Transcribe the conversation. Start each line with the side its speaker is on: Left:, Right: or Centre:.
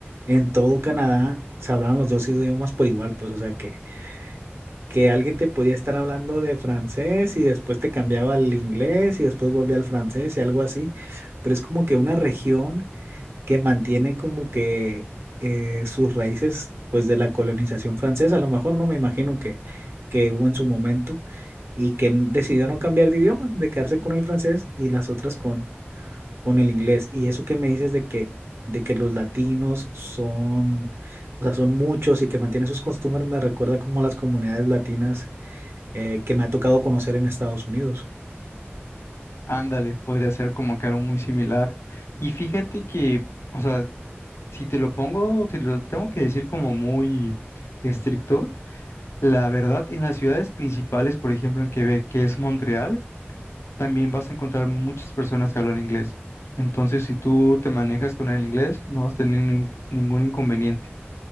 Right: en todo Canadá se hablaban los dos idiomas por igual, pues, o sea, que, que alguien te podía estar hablando de francés y después te cambiaba al inglés y después volvía al francés y algo así pero es como que una región que mantiene como que eh, sus raíces pues de la colonización francesa, a lo mejor no me imagino que, que hubo en su momento y que n- decidió no cambiar de idioma, de quedarse con el francés y las otras con, con el inglés. Y eso que me dices de que, de que los latinos son, o sea, son muchos y que mantienen sus costumbres, me recuerda como a las comunidades latinas eh, que me ha tocado conocer en Estados Unidos.
Left: Ándale, podría ser como que algo muy similar. Y fíjate que, o sea, si te lo pongo, si lo tengo que decir como muy estricto, la verdad, en las ciudades principales, por ejemplo, en Quebec, que es Montreal, también vas a encontrar muchas personas que hablan inglés. Entonces, si tú te manejas con el inglés, no vas a tener nin- ningún inconveniente.